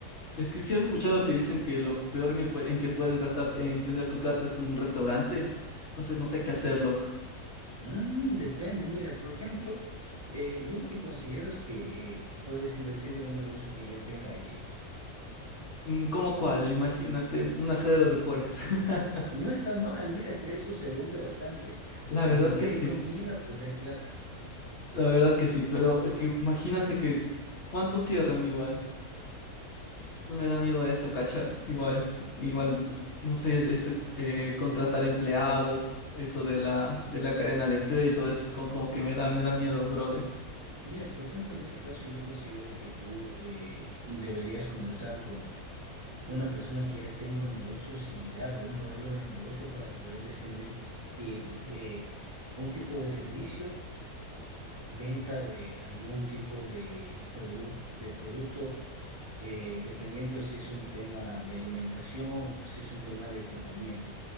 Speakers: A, on the left; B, on the right.
A: es que sí has escuchado que dicen que lo peor en que, pue- en que puedes gastar, eh, emprender tu plata es un restaurante. Entonces no sé qué hacer, loco.
B: Mm, depende, mira, por ejemplo, eh, yo lo que considero es que eh, puedes invertir en un negocio que ya tenga éxito.
A: Mm, ¿Cómo cuál? Imagínate, un asadero de pollos. <laughs>
B: No está mal, mira que eso se vende bastante.
A: La
B: Donde
A: verdad que
B: hay
A: sí,
B: comida, pues hay plata.
A: la verdad que sí. Pero es que imagínate que cuántos cierran igual. Entonces me da miedo eso, ¿cachas? Igual, igual, no sé, el- ese, eh, contratar empleados, eso de la, de la cadena de frío y todo eso, es como, como que me da, me da miedo, brother.
B: Mira, por ejemplo, en este caso yo considero que tú eh, deberías conversar con una persona que ya tenga un negocio similar o un modelo de negocio para poder distribuir de- de un tipo de servicio, venta de algún tipo de, produc- de producto, eh, dependiendo si es un tema de alimentación o si es un tema de equipamiento.